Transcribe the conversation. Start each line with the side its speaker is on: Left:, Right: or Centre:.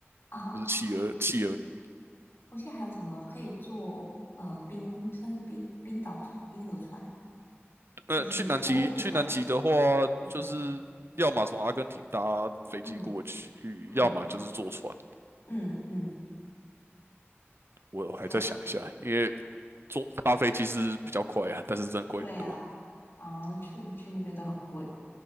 Left: 啊，
Right: 就是企鹅企鹅迷。
Left: 我现在还有什么可以坐？呃，冰算是冰冰岛船、冰河船，
Right: 呃，
Left: 就是破冰船。
Right: 去南极去南极的话，
Left: 嗯
Right: 就是要么从阿根廷搭飞机过去，
Left: 嗯嗯
Right: 要么就是坐船。
Left: 嗯嗯，
Right: 我还在想一下，
Left: 只有。
Right: 因为坐搭飞机是比较快啊，但是真的贵很多。
Left: 对啊，哦，去去那边都很贵，